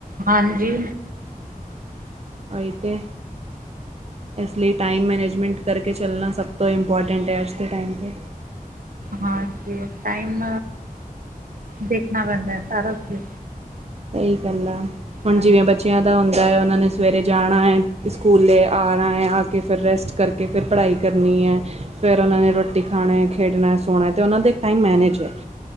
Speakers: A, on the right; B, on the right.
A: ਹਾਂਜੀ
B: ਏਈ ਤੇ ਇਸ ਲਈ ਟਾਈਮ ਮੈਨੇਜਮੈਂਟ ਕਰਕੇ ਚੱਲਣਾ ਸਭ ਤੋਂ ਇੰਪੋਰਟੈਂਟ ਹੈ ਅੱਜ ਦੇ ਟਾਈਮ ਤੇ
A: ਹਾਂ ਜੀ ਟਾਈਮ ਦੇਖਣਾ ਪੈਂਦਾ ਸਾਰਾ ਕੁ
B: ਸਹੀ ਗੱਲ ਆ ਹੁਣ
A: ਹਾਂ।
B: ਜਿਵੇਂ ਬੱਚਿਆਂ ਹੁੰਦਾ ਹੈ ਉਹਨਾਂ ਨੇ ਸਵੇਰੇ ਜਾਣਾ ਹੈ ਸਕੂਲੇ ਆਣਾ ਹੈ ਆ ਕੇ ਫਿਰ ਰੈਸਟ ਕਰਕੇ ਕੇ ਫਿਰ ਪੜ੍ਹਾਈ ਕਰਨੀ ਹੈ। ਫਿਰ ਉਹਨਾਂ ਨੇ ਰੋਟੀ ਖਾਣਾ ਖੇਡਣਾ ਸੋਣਾ ਅਤੇ ਉਹਨਾਂ ਦਾ ਇੱਕ ਟਾਈਮ ਮੈਨੇਜ ਐ।